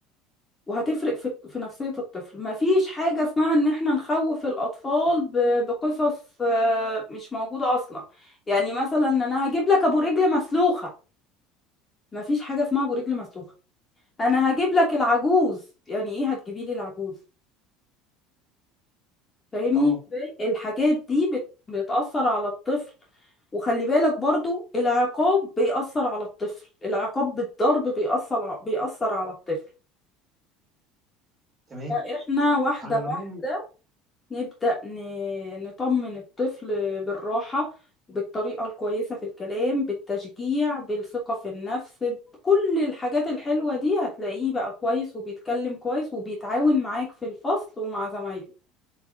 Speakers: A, on the left; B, on the right.
A: وهتفرق في في نفسية الطفل مفيش حاجة اسمها ان احنا نخوف الاطفال ب- بقصص آه، مش موجودة اصلا يعني مثلا انا هجيب لك ابو رجل مسلوخة مفيش حاجة اسمها ابو رجل مسلوخة انا هجيب لك العجوز يعني ايه هتجيبي لي العجوز فاهمني
B: اه
A: ازاي الحاجات دي بت- بتأثر على الطفل وخلي بالك برضو العقاب بيأثر على الطفل العقاب بالضرب بيأثر ع- بيأثر على الطفل
B: تمام
A: فاحنا واحدة
B: على العموم
A: واحدة نبدأ ن- نطمن الطفل بالراحة بالطريقة الكويسة في الكلام بالتشجيع بالثقة في النفس بكل الحاجات الحلوة دي هتلاقيه بقى كويس وبيتكلم كويس وبيتعاون معاك في الفصل ومع زمايله